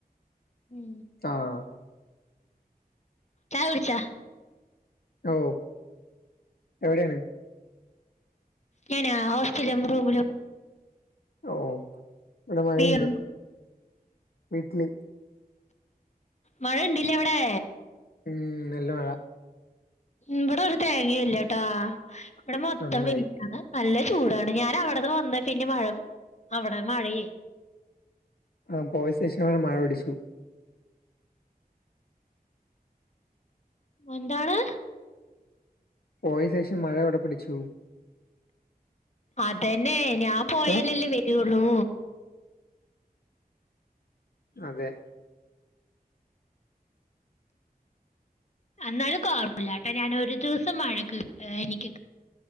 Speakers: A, on the left; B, on the left.
A: ഉം
B: ആഹ്
A: ചായകുടിച്ചാ
B: ഓ എവിടെയാണ്
A: ഞാനാ ഹോസ്റ്റലിലും റൂമിലും
B: ഓ ഇവിടെ മഴയില്ല്യ
A: നീയോ
B: വീട്ടില്
A: മഴണ്ട്ല്ലേ അവിടെ
B: ഉം നല്ല മഴ
A: ഉം ഇവട ഒരു തേങ്ങയും ഇല്ലട്ടാ ഇവിടെ മൊത്തം
B: നന്നായി
A: വെയ്ലാ. നല്ല ചൂടാണ് ഞാൻ അവിടന്ന് വന്ന പിന്നെ മഴ അവിടെ മഴയെ
B: ആഹ് പോയ ശേഷമാ മഴപൊടിച്ചതും
A: എന്താണ്
B: പോയ ശേഷം മഴവിട പിടിച്ചു
A: അതന്നെ ഞാൻ പോയാലല്ലേ
B: ഏ
A: വരുള്ളൂ
B: അതെ
A: അന്നാലും കുഴപ്പമില്ലാട്ട ഞാൻ ഒരു ദിവസം വഴക്ക് എനിക്ക്